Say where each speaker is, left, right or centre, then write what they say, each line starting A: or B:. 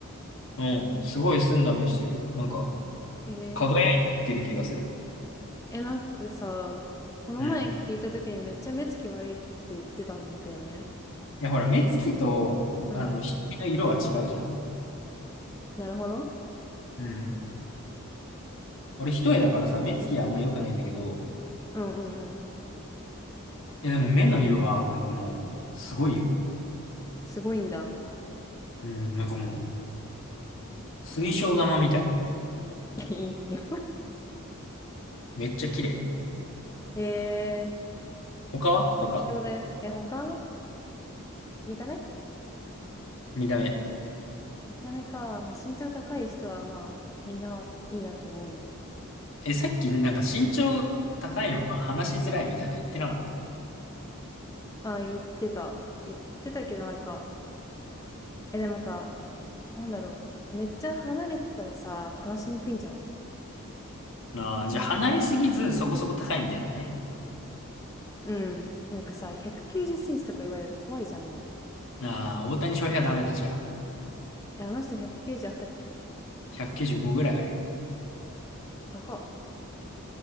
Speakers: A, on the left (about 60°); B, on the left (about 15°).
A: うん。すごい澄んだ目してる。なんか、
B: えー、
A: 輝いてる気がする。
B: え、なんかさ、この前聞いた時にめっちゃ目つき悪いって言ってたんだよね。
A: うん。いや、ほら、目つきと、
B: うん。
A: あの、瞳の色は違うじゃん。
B: なるほど。
A: うん。俺一重だからさ、目つきあんま良くないんだけど、
B: うんうんうん。
A: いやでも目の色はなんかもう、すごいよ。
B: すごいんだ。
A: うん、なんかもう、水晶玉みたい。
B: いや
A: めっちゃ綺麗。
B: えー、
A: 他は他。
B: 貴重だよ。え、他見た目
A: 見た目。
B: 見た目か。まあ、身長高い人はまあ、みんないいなって思うよね。
A: え、さっきなんか身長高いのは話しづらいみたいなの言ってなかった。
B: あ、言ってた。言ってたけどなんか、え、でもなんか、なんだろう。めっちゃ離れてたらさ、話しにくいんじゃない
A: ああー、じゃあ離れすぎずそこそこ高いみたいなね。
B: うん。なんかさ、190センチとか言われると怖いじゃん、もう。
A: ああ、大谷翔平はダメだじゃあ。
B: え、あの人190あったっけ
A: 195ぐらいある
B: 高っ。